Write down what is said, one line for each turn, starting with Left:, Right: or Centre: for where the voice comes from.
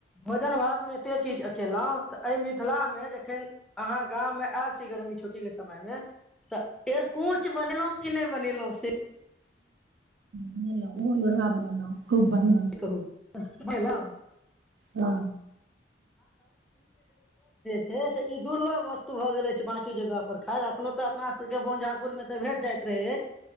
Centre: भोजन भातमे कते चीज केलहुँ तऽ एहि मिथिलामे जखैन अहाँ गाममे आएल छी गर्मी छुट्टीके समयमे तऽ अरकोंच बनेलहूँ की नै बनेलौं से
Right: बनेलहुँं ओहो लोरहा बनेलहुँ खूब बढ़िआँ
Centre: की कहू हँ <unintelligible>
Right: हाँ
Centre: हे-ह ई दुर्लभ वस्तु भऽ गेले छै वां- जगह पर खाएर एखनो तऽ अपना सबके बोन- पुरमे तऽ भेट जाइत रहै अछि